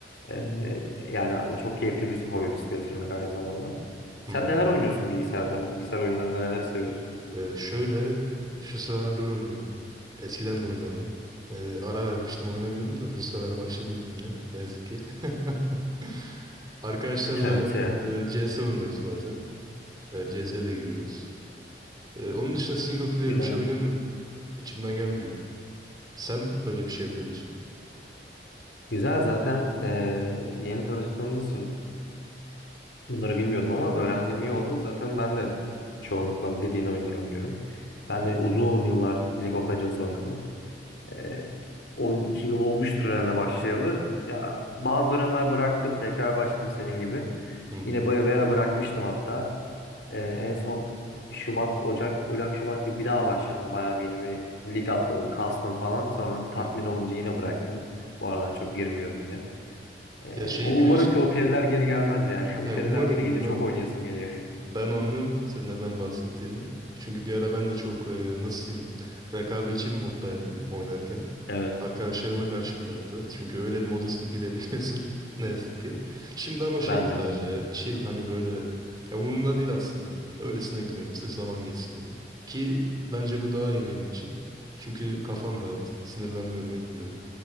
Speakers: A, on the left; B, on the right.
A: ee, yani çok keyifli bir hobi bisiklet sürmek aynı zamanda.
B: Hı
A: Sen
B: hı.
A: neler oynuyorsun bilgisayarda? Bilgisayar oyunlarında neleri seviyorsun?
B: Ee, şöyle şu sıralar LoL oynuyorum. Eskiden de oynardım. Ee, ara vermiştim oynamıyordum da bu sıralar başladım yine ne yazık ki. <laughs> Arkadaşlarla
A: Evet ya.
B: e, CS oynuyoruz bazen. E, CS'ye de giriyoruz. E, onun dışında single player
A: Güzel.
B: bir şey oynamıyorum. İçimden gelmiyor. Sen öyle bir şey yapıyor musun?
A: Güzel zaten e, yeni tanıştığımız için bunları bilmiyordum ama öğrendiğim iyi oldu. Zaten ben de çoğunlukla dediğin oyunları oynuyorum. Ben
B: Hı hı.
A: de uzun yıllar League of Legends oynadım. Ee, 12 yıl olmuştur herhalde başlayalı. Ya bazı dönemler bıraktım, tekrar başladım senin gibi.
B: Hı hı.
A: Yine böyle bir ara bırakmıştım hatta. Ee, en son bir Şubat, Ocak, Ocak, Şubat gibi bir daha başladım. Bayağı bir yine bir lig atladım, kastım falan. Sonra tatmin
B: Hı hı.
A: olunca yine bıraktım. Bu aralar çok girmiyorum yine. Ee,
B: Ya şeyi
A: o
B: biliyorsun
A: umarım ki
B: zaten.
A: o periler geri gelmez yani. <laughs> O
B: Ay,
A: periler
B: umarım
A: geri gelince
B: umarım.
A: çok oynayasım geliyor.
B: Ben anlıyorum senin neden bahsettiğini. Çünkü bir ara ben de çok e, nasıl diyeyim rekabetçi bir moddaydım oynarken.
A: Evet.
B: Arkadaşlarıma karşı bile hatta. Çünkü öyle bir moda girebiliyorsun <laughs> ne yazık ki. Şimdi ama şeyim
A: Ben
B: sadece
A: de ben de.
B: ya, chill hani böyle ya umurumda değil aslında. Öylesine giriyorum sırf zaman geçsin diye. Ki bence bu daha iyi benim için. Çünkü kafam rahat, sinirlenmiyorum, etmiyorum.